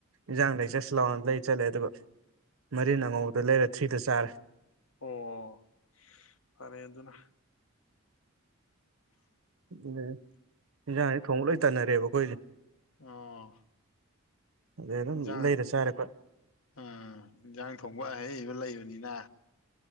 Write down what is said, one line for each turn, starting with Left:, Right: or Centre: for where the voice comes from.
Right: ꯏꯟꯖꯥꯡꯗ ꯆꯠꯁ ꯂꯥꯎꯅ ꯂꯩ ꯆꯠꯂꯦ ꯑꯗꯨꯒ ꯃꯔꯤꯟ ꯑꯉꯧꯕꯗ ꯂꯩꯔꯦ ꯊ꯭ꯔꯤꯗ ꯆꯥꯔꯦ
Left: ꯑꯣ ꯐꯔꯦ ꯑꯗꯨꯅ
Right: ꯎꯝ ꯏꯟꯖꯥꯡꯁꯤ ꯊꯣꯡꯕ ꯂꯣꯏ ꯇꯅꯔꯦꯕ ꯑꯩꯈꯣꯏꯁꯦ
Left: ꯑꯣ
Right: ꯑꯗꯩ ꯑꯗꯨꯝ
Left: ꯏꯟꯖꯥꯡ
Right: ꯂꯩꯔꯦ ꯆꯥꯔꯦ ꯈꯣ
Left: ꯑꯥ ꯏꯟꯖꯥꯡ ꯊꯣꯡꯕ ꯑꯍꯩꯕ ꯂꯩꯕꯅꯤꯅ